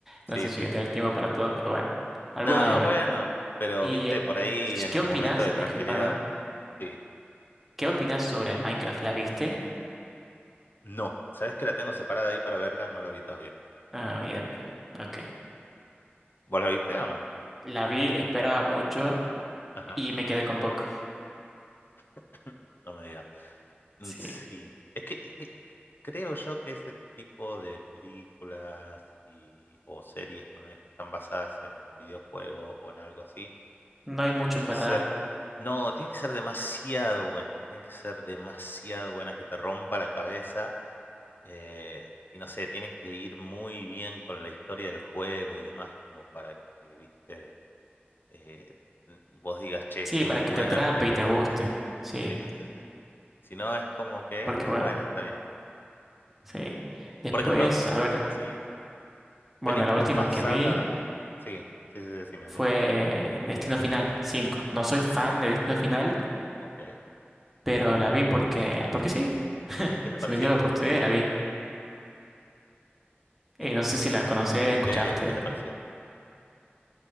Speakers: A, on the left; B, in the centre.
A: Sí,
B: No sé
A: sí,
B: si voy a tener
A: sí.
B: tiempo para todas, pero bueno. Alguna
A: No,
B: voy a ver.
A: bueno, pero
B: ¿Y
A: viste,
B: eh,
A: por ahí en
B: qué
A: un
B: opinas?
A: momento de tranquilidad.
B: Disculpa, ¿no?
A: Sí.
B: ¿Qué opinas sobre Minecraft? ¿La viste?
A: No. ¿Sabes que la tengo separada ahí para verla? No la vi todavía.
B: Ah, bien, bien. Ok.
A: ¿Vos la viste o no?
B: La vi, esperaba mucho
A: Ajá.
B: y me quedé con poco.
A: <laughs> No me digas. Mm,
B: Sí.
A: Sí. Es que eh, creo yo que ese tipo de películas y, o series ponele, que están basadas en un videojuego o en algo así,
B: No hay mucho
A: tienen
B: para
A: que ser.
B: dar.
A: No, tienen que ser demasiado buenas. Tienen que ser demasiado buenas que te rompa la cabeza. eh, y no sé, tienen que ir muy bien con la historia del juego y demás, como para que, viste. eh, vos digas, che,
B: Sí,
A: qué
B: para
A: buena
B: que te atrape
A: película.
B: y te guste. Sí,
A: Sí, sí, sí, sí. Si no, es como que,
B: porque
A: eh,
B: bueno,
A: bueno, está bien.
B: sí. Después,
A: Por ejemplo,
B: a ver,
A: sí,
B: bueno,
A: películas
B: la última
A: basadas.
B: que vi
A: Sí, sí, sí, decime, decime.
B: fue Destino Final cinco No soy fan de Destino Final,
A: Ok. ¿Y
B: pero la vi porque, porque sí. <laughs>
A: qué te
B: Se
A: pareció?
B: me dio la oportunidad y la vi.
A: ¿Y,
B: Eh, no sé si la conoces,
A: y, y
B: escuchaste.
A: qué, y qué te pareció?